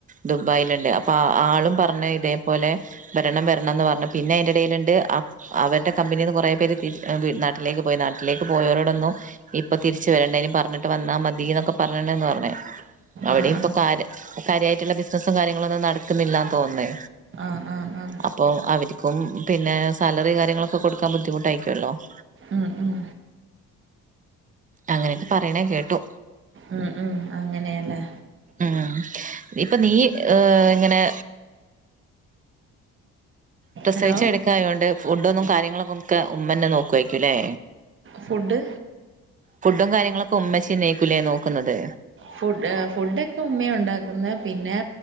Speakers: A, on the right (about 25°); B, on the right (about 40°).
A: ദുബായിലുണ്ട് അപ്പൊ ആ ആളും പറഞ്ഞെ ഇതേപോലെ വെരണം വെരണന്ന് പറഞ്ഞു പിന്നെ അയിന്റെ എടയിൽ ഇണ്ട് അപ് അവരുടെ കമ്പനീന്ന് കൊറേ പേര് തിരി വീ നാട്ടിലേക്ക് പോയി നാട്ടിലേക്ക് പോയവരോടൊന്നും ഇപ്പൊ തിരിച്ചു വരണ്ട ഇനി പറഞ്ഞിട്ട് വന്നാ മതീന്നൊക്കെ പറഞ്ഞണ്ണ്ന്ന് പറഞ്ഞ് അവിടെയും
B: ആഹ്
A: ഇപ്പൊ
B: ആഹ്
A: കാര്യ കാര്യായിട്ടുള്ള ബിസിനസ്സും കാര്യങ്ങളും ഒന്നും നടക്കുന്നില്ലാന്ന് തോൻന്ന്
B: ആഹ് ആഹ് ആഹ്
A: അപ്പൊ അവരിക്കും പിന്നെ സാലറി കാര്യങ്ങളൊക്കെ കൊടുക്കാൻ ബുദ്ധിമുട്ടായിക്കുവല്ലോ <inaudible>
B: ഉം ഉം
A: അങ്ങനെയൊക്കെ പറയണ കേട്ടു
B: ഉം ഉം അങ്ങനെയാല്ലേ
A: ഉം ഇപ്പൊ നീ ഇങ്ങനെ പ്രസവിച്ച്
B: ഹലോ
A: കെടക്കായോണ്ട് ഫുഡൊന്നും കാര്യങ്ങളൊക്കെ ഉമ്മന്നെ നോക്കുവായിരിക്കൂല്ലേ
B: ഫുഡ്
A: ഫുഡും കാര്യങ്ങളൊക്കെ ഉമ്മച്യെന്നെക്കും ലേ നോക്കുന്നത്
B: ഫുഡ് ഫുഡൊക്കെ ഉമ്മ്യ ഉണ്ടാക്കുന്നത് പിന്നെ